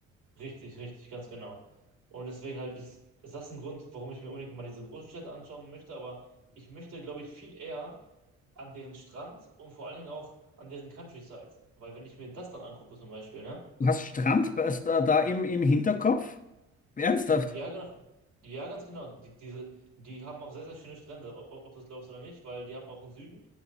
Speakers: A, on the right (about 85°); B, on the left (about 25°).
A: Richtig, richtig, ganz genau. Und deswegen halt ist, ist das ein Grund, warum ich mir unbedingt mal diese großen Städte anschauen möchte, aber ich möchte, glaube ich, viel eher an deren Strand und vor allen Dingen auch an deren Countryside. Weil wenn ich mir das dann angucke zum Beispiel, ne?
B: Du hast Strand da, da im, im Hinterkopf? Ernsthaft?
A: Ja, genau. Ja, ganz genau. Die, diese, die haben auch sehr, sehr schöne Strände, o- ob du es glaubst oder nicht, weil die haben auch einen Süden.